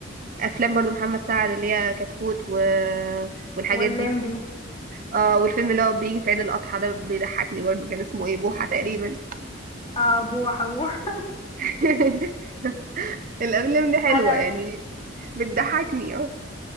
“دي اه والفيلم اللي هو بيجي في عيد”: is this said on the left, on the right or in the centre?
Right